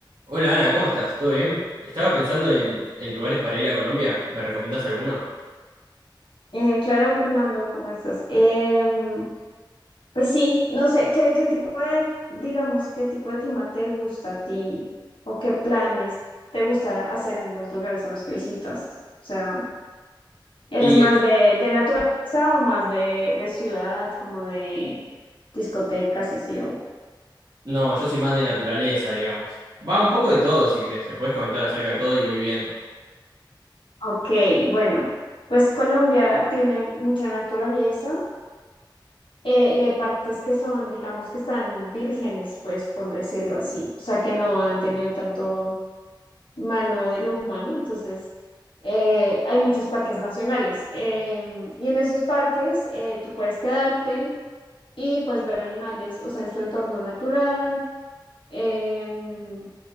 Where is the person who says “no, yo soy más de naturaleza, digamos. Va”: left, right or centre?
Right